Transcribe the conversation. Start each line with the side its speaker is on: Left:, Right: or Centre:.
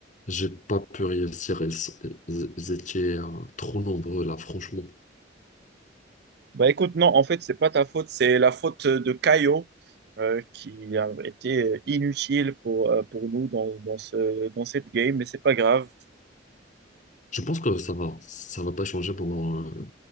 Left: J'ai pas pu réussir. Ils, sont- ils étaient euh, trop nombreux là, franchement.
Right: Bah écoute, non, en fait, c'est pas ta faute, c'est la faute de Caio euh, qui a été euh, inutile pour, euh, pour nous dans, dans ce, dans cette game, mais c'est pas grave.
Left: Je pense que ça va, ça va pas changer pendant euh,